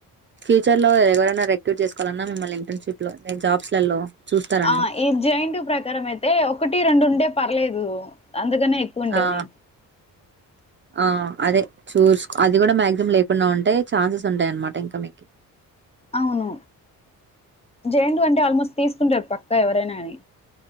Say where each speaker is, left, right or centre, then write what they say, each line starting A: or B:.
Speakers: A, on the right; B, on the left.
A: ఫ్యూచర్ లో ఎవరైనా రెక్యూట్ చేసుకోవాలన్నన్నా మిమ్మల్ని ఇంటర్న్షిప్ లోే జాబ్స్లలో చూస్తారన్ని
B: ఆ ఈ జయింట్ ప్రకారం అయితే ఒకటి రెండు ఉం టే పర్లేదు అందుకనే ఎక్కువ ఉండేని
A: ఆ ఆ అదే చూస్ అది కూడా మాక్సిమం లేకుండా ఉంటే ఛాన్సెస్ ఉంటాయ అన్నమాట ఇంకా మీకి
B: అవును జె యన్ టూ అంటే ఆల్మోస్ట్ తీసుకుంటార్ పక్కా ఎవరైనా కాని